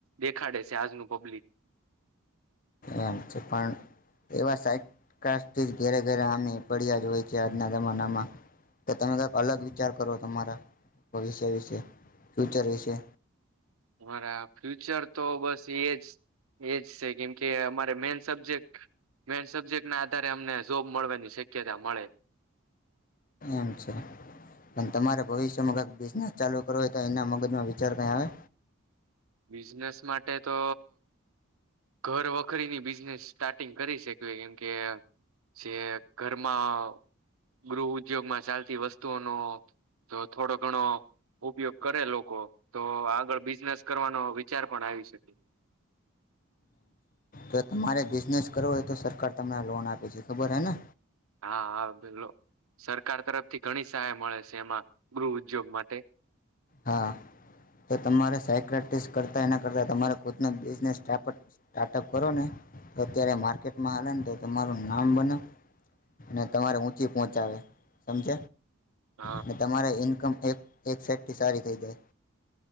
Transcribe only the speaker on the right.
દેખાડે છે. આજનું પબ્લિક.
મારા ફ્યુચર તો બસ એજ એજ છે. કેમ કે અમારે મેન સબ્જેક્ટ મેન સબ્જેક્ટ ના આધારે અમને જોબ મળવાની શક્યતા મળે.
બિઝનેસ માટે તો ઘર વખરીની બિઝનેસ સ્ટાર્ટિંગ કરી શક્યું કેમ કે જે ઘરમાં ગૃહ ઉદ્યોગમાં ચાલતી વસ્તુઓનો તો થોડો ઘણો ઉપયોગ કરે લોકો તો આગળ બિઝનેસ કરવાનો વિચાર પણ આવી શકે.
હા હા બેલો સરકાર તરફથી ઘણી સહાય મળે છે એમાં ગૃહ ઉદ્યોગ માટે
હ